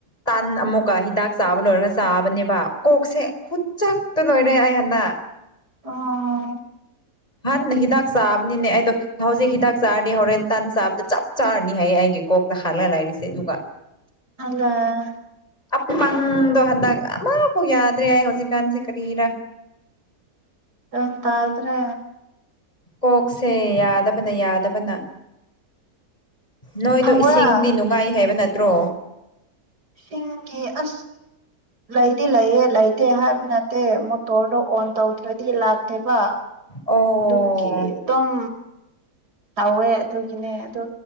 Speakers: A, on the left; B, on the right.
A: ꯇꯥꯟ ꯑꯃꯨꯛ ꯀ ꯍꯤꯗꯥꯛ ꯆꯥꯕ ꯂꯣꯏꯔꯒ ꯆꯥꯕꯅꯦꯕ ꯀꯣꯛꯁꯦ ꯈꯨꯠꯆꯥꯛꯇꯣ ꯂꯣꯏꯔꯦ ꯑꯩ ꯍꯟꯗꯛ
B: ꯑꯣ
A: ꯍꯥꯟꯅ ꯍꯤꯗꯥꯛ ꯆꯥꯕꯅꯤꯅꯦ ꯑꯩꯗꯣ ꯍꯧꯖꯤꯛ ꯍꯤꯗꯥꯛ ꯆꯥꯔꯗꯤ ꯍꯣꯔꯦꯟ ꯇꯟ ꯆꯥꯕꯗ ꯆꯞ ꯆꯥꯔꯅꯤ ꯍꯥꯏꯌꯦ ꯑꯩꯒꯤꯀ ꯀꯣꯛꯇ ꯍꯥꯜꯂ ꯂꯩꯥꯔꯤꯁꯦ ꯑꯗꯨꯒ
B: <unintelligible>
A: ꯑꯄꯪꯗꯣ ꯍꯟꯗꯛ ꯑꯃꯐꯥꯎ ꯌꯥꯗ꯭ꯔꯦ ꯑꯩ ꯍꯧꯖꯤꯛꯀꯥꯟꯁꯦ ꯀꯔꯤꯔ
B: ꯑꯦ ꯇꯥꯗ꯭ꯔꯦ
A: ꯀꯣꯛꯁꯦ ꯌꯥꯗꯕꯅ ꯌꯥꯗꯕꯅ ꯅꯣꯏꯗꯣ
B: ꯈꯪꯕ꯭ꯔꯥ
A: ꯏꯁꯤꯡꯗꯤ ꯅꯨꯡꯉꯥꯏ ꯍꯥꯏꯕ ꯅꯠꯇ꯭ꯔꯣ
B: ꯁꯤꯡꯒꯤ ꯑ꯭ꯁ ꯂꯩꯗꯤ ꯂꯩꯌꯦ ꯂꯩꯇꯦ ꯍꯥꯏ ꯑꯗꯨ ꯅꯠꯇꯦ ꯃꯣꯇꯣꯔꯗꯣ ꯑꯣꯟ ꯇꯧꯗ꯭ꯔꯗꯤ ꯂꯥꯛꯇꯦꯕ
A: ꯑꯣ
B: ꯗꯨꯀꯤꯗꯨꯝ ꯇꯧꯋꯦ ꯑꯗꯨꯒꯤꯅꯦ ꯑꯗꯣ